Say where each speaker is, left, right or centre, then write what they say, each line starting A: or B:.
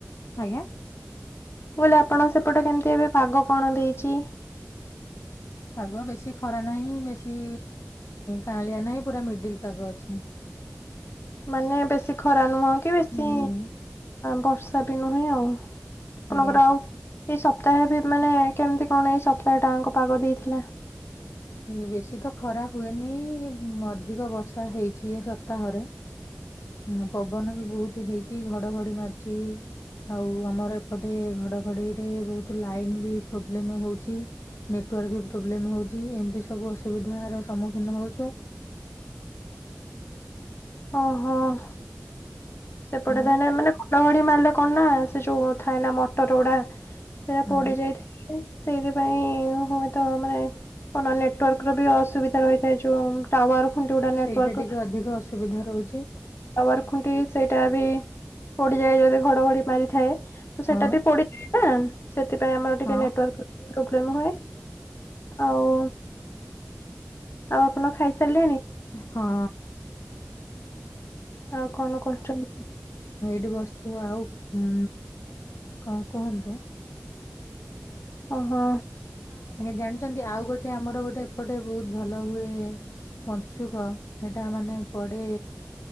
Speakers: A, on the left (about 70°); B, on the left (about 55°).
A: ଆଜ୍ଞା?
B: ମୁ କହିଲେ ଆପଣ ସେପଟେ କେମିତି ଏବେ ପାଗ କଣ ଦେଇଚି?
A: ପାଗ ବେଶୀ ଖରା ନାହିଁ, ବେଶୀ କାଁଳିଆ ନାହିଁ ପୁରା ମିଡିଲ ପାଗ ଅଛି।
B: <inaudible> ମାନେ ବେଶୀ ଖରା ନୁହଁ କି ବେଶୀ
A: ହୁଁ
B: ବର୍ଷା ବି ନୁହେଁ ଆଉ। ଆପଣଙ୍କର
A: ଆଜ୍ଞା
B: ଆଉ ଏଇ ସପ୍ତାହରେ ମାନେ କେମିତି କଣ ଏଇ ସପ୍ତାହ ଟାଙ୍କ ପାଗ ଦେଇଥିଲା?
A: ଏଇ ବେଶୀ ତ ଖରା ହୁଏନି ଅଧିକ ବର୍ଷା ହେଇଚି ଏ ସପ୍ତାହରେ। ହୁଁ ପବନ ବି ବହୁତ ହେଇଚି ଘଡଘଡି ମାରିଚି। ଆଉ ଆମର ଏପଟେ ଘଡ଼ଘଡ଼ିରେ ବହୁତ ଲାଇନ୍ ବି ପ୍ରୋବ୍ଲେମ ହଉଚି। ନେଟୱାର୍କ ପ୍ରୋବ୍ଲେମ ହଉଚି କି ଏମିତି ସବୁ ଅସୁବିଧାର ସମ୍ମୁଖୀନ ହଉଚ?
B: <inaudible> ଓହୋ ସେପଟେ
A: ଆଉ
B: ଥାଏ ମାନେ ଘଡ଼ଘଡ଼ି ମାରେ କଣ ନା ସେ ଯୋଉ ଥାଏ ନା ମଟର ଗୁଡ଼ା ସେଇଟା
A: ହଁ
B: ପୋଡ଼ି ଯାଇଥାଏ ସେଇଥିପାଇଁ ହୁଏତ ମାନେ କଣ ନେଟୱାର୍କ ର ବି ଅସୁବିଧା ରହିଥାଏ ଯୋଉ ଟାୱାର ଏମିତି ଗୋଟେ ନେଟୱାର୍କ,
A: ସେଇଟା ଟିକେ ଅଧିକ ଅସୁବିଧା ରହୁଛି
B: ଟାୱାର ଖୁଣ୍ଟି ସେଟା ବି ପୋଡ଼ିଯାଏ ଯଦି ଘଡ଼ଘଡ଼ି ମାରିଥାଏ ତ ସେଟା
A: ହଁ
B: ବି ପୋଡ଼ିଯାଏ ନା। ସେଥିପାଇଁ ଆମର ଟିକେ
A: ହଁ
B: ନେଟୱାର୍କ ପ୍ରୋବ୍ଲେମ୍ ହୁଏ ଆଉ ଆଉ ଆପଣ ଖାଇସାରିଲେଣି?
A: ହଁ
B: ଆଉ କଣ କରୁଚନ୍ତି?
A: ଏ ବସିଚୁ ଆଉ ଉଁ କଣ କୁହନ୍ତୁ।
B: ଓ ହୋ।
A: ଆଜ୍ଞା ଜାଣିଚନ୍ତି ଆଉ ଗୋଟେ ଆମର ଗୋଟେ ଏପଟେ ବହୁତ ଭଲ ହୁଏ ପଞ୍ଚୁକ ସେଟା ମାନେ ପଡ଼େ